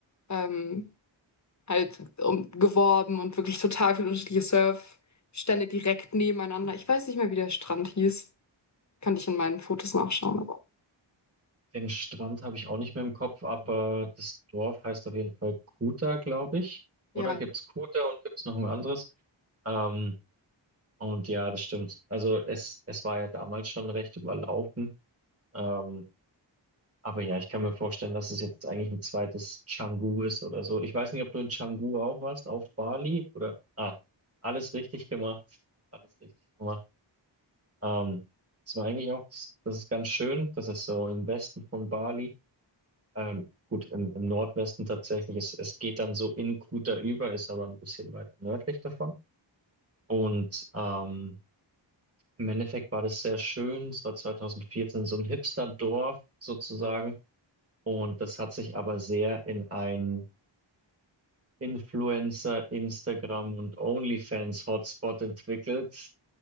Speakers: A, on the left; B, on the right.
A: ähm, halt um, geworben und wirklich total viele unterschiedliche Surfstände direkt nebeneinander. Ich weiß nicht mehr, wie der Strand hieß. Kann ich in meinen Fotos nachschauen, aber
B: Den Strand habe ich auch nicht mehr im Kopf, aber das Dorf heißt auf jeden Fall Kuta, glaube ich. Oder
A: ja,
B: gibt's Kuta und gibt's noch ein anderes? Ähm, und ja, das stimmt. Also es, es war ja damals schon recht überlaufen. Ähm, Aber ja, ich kann mir vorstellen, dass es jetzt eigentlich ein zweites Canggu ist oder so. Ich weiß nicht, ob du in Canggu auch warst, auf Bali oder. Ah, alles richtig gemacht. Alles richtig gemacht. Ähm, es war eigentlich auch, das ist ganz schön. Das ist so im Westen von Bali. Ähm, gut, im, im Nordwesten tatsächlich. Es, es geht dann so in Kuta über, ist aber ein bisschen weiter nördlich davon. Und ähm, im Endeffekt war das sehr schön. Es war 2014 so ein Hipster-Dorf sozusagen. Und das hat sich aber sehr in ein Influencer, Instagram und OnlyFans-Hotspot entwickelt,